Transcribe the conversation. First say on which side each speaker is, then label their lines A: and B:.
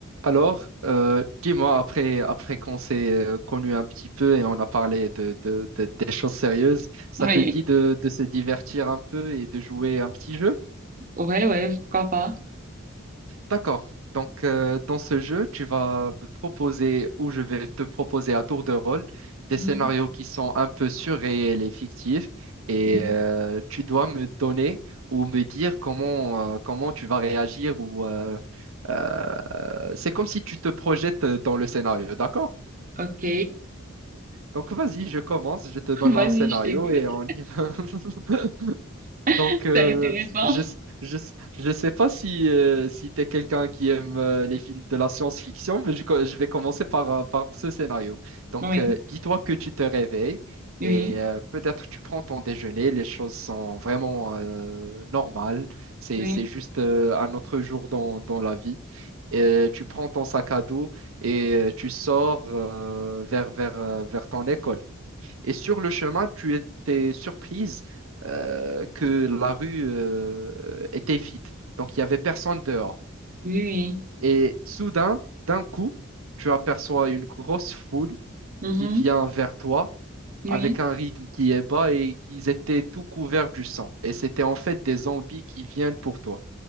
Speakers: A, on the right; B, on the right.
A: Alors, euh, dis-moi, après, après qu'on s'est euh, connu un petit peu et on a parlé de, de- de- des choses sérieuses, ça
B: Oui,
A: te dit de, de se divertir un peu et de jouer un petit jeu?
B: ouais, ouais, pourquoi pas.
A: D'accord. Donc, euh, dans ce jeu, tu vas me proposer ou je vais te proposer à tour de rôle des
B: Mhm.
A: scénarios qui sont un peu surréels et fictifs et
B: Mhm.
A: euh, tu dois me donner ou me dire comment, euh, comment tu vas réagir ou euh, euh, c'est comme si tu te projettes dans le scénario, d'accord?
B: Ok,
A: Donc vas-y, je commence, je te donne
B: <laughs> vas-y,
A: un scénario
B: je t'écoute.
A: et on y va. <laughs>
B: <laughs>
A: Donc euh,
B: C'est intéressant.
A: je je je sais pas si euh, si tu es quelqu'un qui aime euh, les films de la science-fiction, mais je, co- je vais commencer par euh, par ce scénario. Donc
B: Oui,
A: euh, dis-toi que tu te réveilles
B: oui,
A: et euh, peut-être tu prends ton déjeuner, les choses sont vraiment euh, normales, c'est
B: oui,
A: c'est juste euh, un autre jour dans dans la vie. Et tu prends ton sac à dos et euh, tu sors euh, vers vers euh, vers ton école. Et sur le chemin, tu étais surprise euh, que la rue euh, était vide. Donc, il n'y avait personne dehors.
B: oui, oui.
A: Et soudain, d'un coup, tu aperçois une grosse foule
B: Mhm.
A: qui vient vers toi
B: Oui.
A: avec un rythme qui est bas et qu'ils étaient tout couverts du sang. Et c'était en fait des zombies qui viennent pour toi.